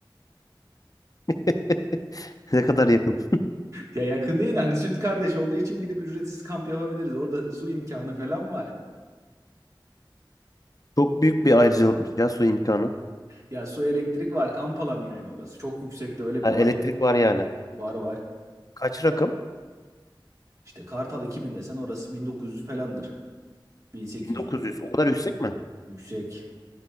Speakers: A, on the left; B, on the right.
A: <laughs> Ne kadar yakın.
B: Ya yakın değil de hani süt kardeş olduğu için gidip ücretsiz kamp yapabiliriz. Orada su imkanı falan var.
A: Çok büyük bir ayrıcalıkmış ya su imkanı.
B: Ya su elektrik var kamp alanı yani orası. Çok yüksekte öyle
A: Ha,
B: bir başka
A: elektrik
B: imkanı
A: var yani.
B: var. Var var.
A: Kaç rakım?
B: İşte Kartal 2000 desen orası 1900 falandır. 1800
A: 1900. O kadar yüksek mi?
B: yüksek.